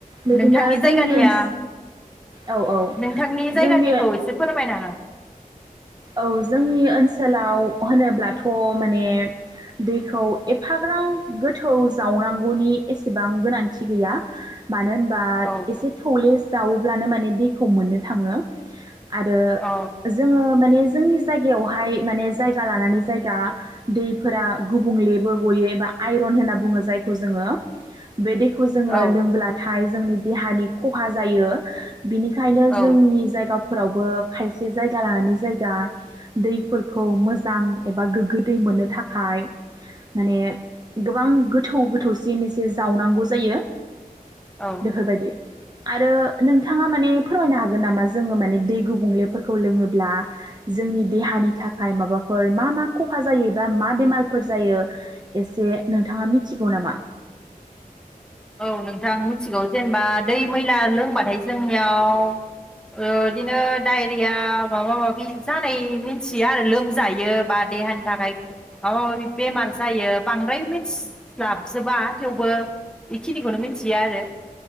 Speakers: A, on the right (about 25°); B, in the centre.
A: बिदिनो
B: नोंथांनि जायगानिया,
A: जोंनि ओनस औ औ
B: नोंथांनि जायगानिखौ
A: जोंनि
B: एसे फोरमायना
A: औ जोंनि ओनसोलाव होनोब्लाथ' माने दैखौ एफाग्रां गोथौ जावनांगौनि एसेबां गोनांथि गैया। मानो होनबा
B: हो
A: एसे थौले जाव ब्लानो माने दैखौ मोननो थाङो। आरो
B: औ
A: जोङो माने जोंनि जायगायावहाय माने जायगा लानानै जायगा दैफोरा गुबुंलेबो गयो एबा आइरन होनना बुङो जायखौ जोङो। बे दैखौ जोङो
B: औ
A: लोंबोलाथाय जोंनि देहानि खहा जायो। बिनिखायनो
B: औ
A: जोंनि जायगा फोरावबो खायसे जायगा लानानै जायगा दैफोरखौ मोजां एबा गोग्गो दै मोननो थाखाय माने गोबां गोथौ गोथौसिन एसे जावनांगौ जायो।
B: औ
A: बेफोरबायदि आरो नोंथाङा माने फोरमायनो हागोन नामा जोङो माने दै गुबुंलेफोरखौ लोङोब्ला जोंनि देहानि थाखाय माबाफोर मा मा खहा जायोबा मा बेमारफोर जायो एसे नोंथाङा मिथिगौ नामा?
B: औ नोंथां मिथिगौ जेनेबा दै मैला लोंबाथाय जोंनियाव बिदिनो डाइरिया माबा माबि जानाय मिथियो आरो लोमजायो बा देहानि थाखाय माबा माबि बेमार जायो बांद्राय मिथिस्लाबजोबा थेवबो बेखिनिखौनो मिथियो आरो।